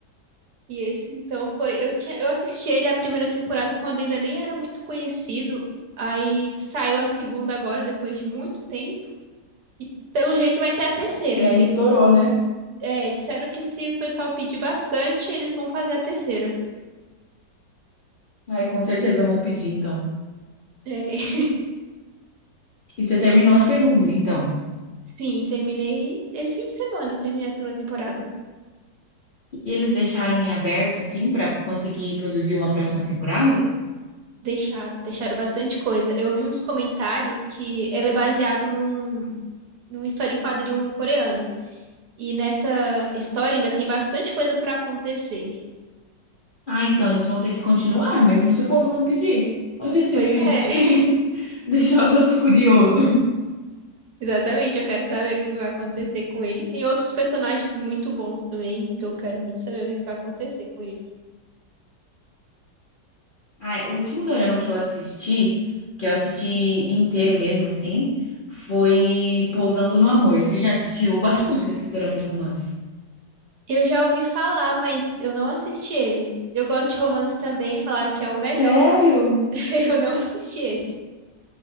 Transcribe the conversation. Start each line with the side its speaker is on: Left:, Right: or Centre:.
Right: E esse, então, foi. Eu tinha, eu assisti ele a primeira temporada quando ainda nem era muito conhecido. Aí saiu a segunda agora, depois de muito tempo. E pelo jeito vai ter a terceira.
Left: E aí
Right: Eles
Left: estourou, né?
Right: É, disseram que se o pessoal pedir bastante, eles vão fazer a terceira.
Left: Aí com certeza vão pedir então.
Right: É, <laughs>
Left: E você
Right: eu
Left: terminou
Right: acho
Left: a segunda, então.
Right: que sim, terminei esse fim de semana, eu terminei a segunda temporada.
Left: E eles deixaram em aberto assim pra conseguir produzir uma próxima temporada?
Right: Deixaram, deixaram bastante coisa. Eu vi uns comentários que ele é baseado num, numa história em quadrinho coreana. E nessa história ainda tem bastante coisa pra acontecer.
Left: Ah, então eles vão ter que continuar, mesmo se o povo não pedir. Onde já se
Right: Pois
Left: viu
Right: é,
Left: isso?
Right: <laughs>
Left: <laughs> Deixar os outros curiosos.
Right: exatamente. Eu quero saber o que que vai acontecer com ele. E tem outros personagens muito bons também, que eu quero muito saber o que que vai acontecer com ele.
Left: Ah, o último dorama que eu assisti, que eu assisti inteiro mesmo, assim, foi Pousando no Amor. Você já assistiu? Eu gosto muito desses doramas de romance.
Right: Eu já ouvi falar, mas eu não assisti ele. Eu gosto de romance também, falaram que é o melhor,
Left: Sério?
Right: mas <laughs> eu não assisti esse.